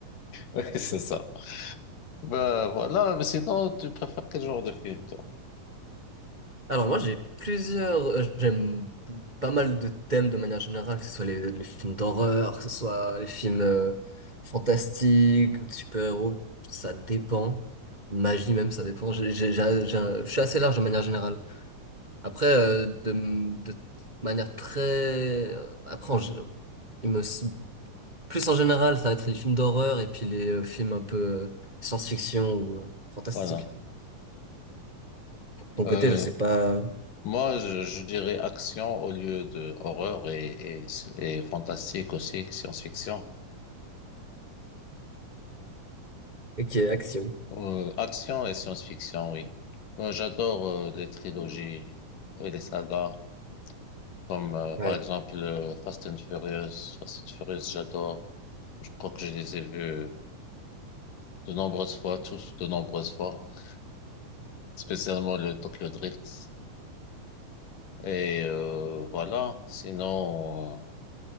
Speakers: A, on the left; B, on the right.
A: Oui, c'est ça. Ben voilà, mais sinon, tu préfères quel genre de film, toi?
B: Alors moi j'ai plusieurs, euh, j'aime pas mal de thèmes de manière générale, que ce soit les, les films d'horreur, que ce soit les films euh, fantastiques ou de super-héros, ça dépend. Magie même, ça dépend. J'ai, j'ai- j'ai- j'ai- un- je suis assez large de manière générale. Après, euh, de, de manière très... euh, Après, en gé- il me... plus en général, ça va être les films d'horreur et puis les euh, films un peu euh, science-fiction ou euh, fantastique.
A: Voilà.
B: De ton
A: Euh,
B: côté, je sais pas...
A: Moi, je, je dirais action au lieu de horreur et, et, et fantastique aussi, science-fiction.
B: Ok, action.
A: Euh, action et science-fiction, oui. Moi, j'adore euh, les trilogies et les sagas, comme euh, par
B: Ouais,
A: exemple euh, Fast and Furious. Fast and Furious, j'adore. Je crois que je les ai vus de nombreuses fois, tous de nombreuses fois, <laughs> spécialement le Tokyo Drift. Et euh, voilà, sinon,